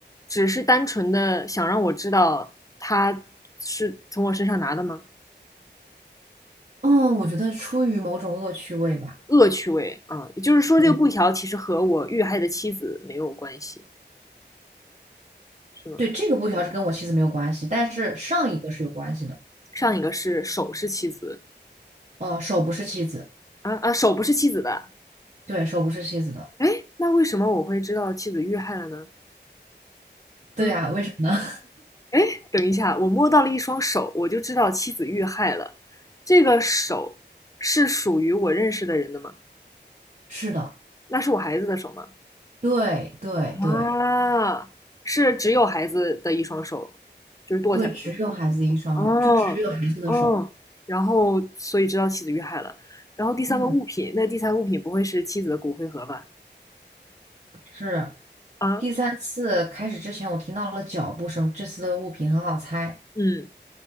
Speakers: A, on the left (about 20°); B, on the right (about 40°).
A: 只是单纯的想让我知道他是从我身上拿的吗？
B: 嗯，我觉得出于某种恶趣味吧。
A: 恶趣味啊，也就是说，
B: 嗯，
A: 这个布条其实和我遇害的妻子没有关系，是吗？
B: 对，这个布条是跟我妻子没有关系，但是上一个是有关系的。
A: 上一个是手是妻子
B: 呃，手不是妻子，
A: 啊啊，手不是妻子的，
B: 对，手不是妻子的，
A: 哎，那为什么我会知道妻子遇害了呢？
B: 对呀，
A: 嗯，
B: 为什么呢？
A: 哎，等一下，我摸到了一双手，我就知道妻子遇害了。这个手是属于我认识的人的吗？
B: <laughs> 是的。
A: 那是我孩子的手吗？
B: 对对对
A: 啊，是只有孩子的一双手，就是剁下来的那种。
B: 对，只有孩子的一双耳就只有孩子的手。
A: 哦，哦，然后所以知道妻子遇害了。然后第三个物品，
B: 嗯，
A: 那第三个物品不会是妻子的骨灰盒吧？
B: 是。
A: 啊，
B: 第三次开始之前，我听到了脚步声，这次的物品很好猜。
A: 嗯，